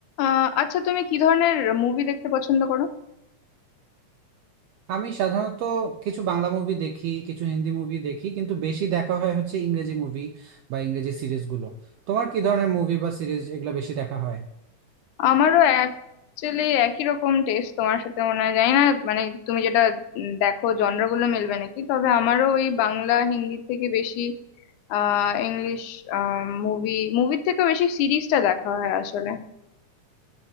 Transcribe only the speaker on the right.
আমি সাধারণত কিছু বাংলা মুভি দেখি কিছু হিন্দি মুভি দেখি কিন্তু বেশি দেখা হয় হচ্ছে ইংরেজি মুভি বা ইংরেজি সিরিজগুলো তোমার কি ধরনের মুভি বা সিরিজ এগুলো বেশি দেখা হয়